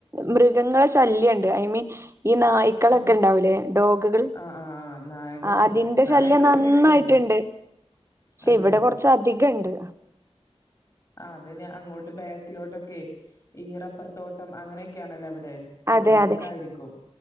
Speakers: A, on the right (about 25°); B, on the left (about 30°).
A: മൃഗങ്ങളെ ശല്യണ്ട് ഐ മീൻ ഈ നായി പക്കളൊക്കെ
B: ആഹ്
A: ഉണ്ടാവുലേ ഡോഗുകൾ
B: ആഹ് ആഹ് ആഹ് നായകളുണ്ട്
A: ആ അതിന്റെ
B: നായകൾ
A: ശല്യം നന്നായിട്ട്ണ്ട്
B: ഇവിടെയൊക്കെ ഉണ്ട്
A: പക്ഷെ
B: അതെ
A: ഇവിടെ കുറച്ച് അധികംണ്ട്
B: അതിനി അങ്ങോട്ട് ബാക്കിലോട്ടൊക്കെ ഈ റബ്ബർ തോട്ടം അങ്ങനെയൊക്കെയാണല്ലോ അവിടെ
A: അതെ
B: അതുകൊണ്ടൊക്കെ
A: അതെ
B: ആയിരിക്കും